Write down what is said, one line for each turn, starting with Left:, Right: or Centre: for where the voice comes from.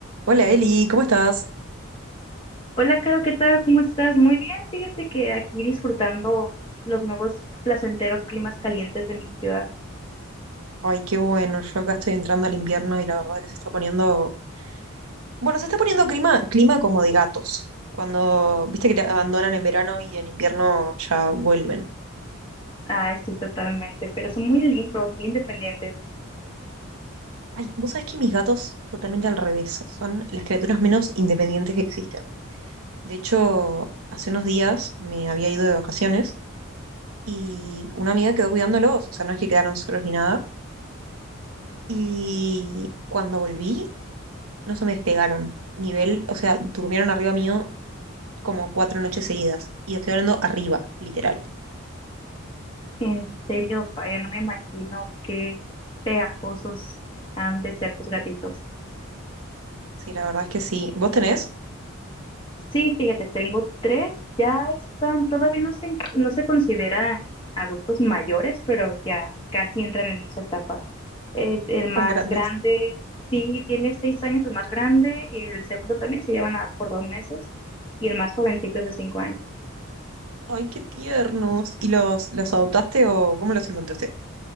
Right: Hola Eli, ¿cómo estás?
Left: Hola, Caro, ¿qué tal? ¿Cómo estás? Muy bien, fíjate que aquí disfrutando los nuevos placenteros climas calientes de mi ciudad.
Right: Ay, qué bueno, yo acá estoy entrando al invierno y la verdad que se está poniendo, bueno, se está poniendo clima, clima como de gatos, cuando, viste que te abandonan en verano y en invierno ya vuelven.
Left: Ah, estoy totalmente, pero son muy lindos, muy independientes.
Right: Ay, vos sabés que mis gatos totalmente al revés, son las criaturas menos independientes que existen. De hecho, hace unos días me había ido de vacaciones y una amiga quedó cuidándolos, o sea, no es que quedaron solos ni nada. Y cuando volví, no se me despegaron. Nivel, o sea, durmieron arriba mío como cuatro noches seguidas. Y estoy hablando arriba, literal.
Left: En serio, vaya, no me imagino qué pegajosos han de ser tus gatitos.
Right: Sí, la verdad es que sí. ¿Vos tenés?
Left: Sí, fíjate, tengo tres, ya están, todavía no se, no se consideran adultos mayores, pero ya casi entran en esa etapa. Eh, el más
Right: Son grandes.
Left: grande, sí, tiene seis años, el más grande, el segundo también se lleva nada más por dos meses, y el más jovencito es de cinco años.
Right: Ay, qué tiernos. ¿Y los, los adoptaste o cómo los encontraste?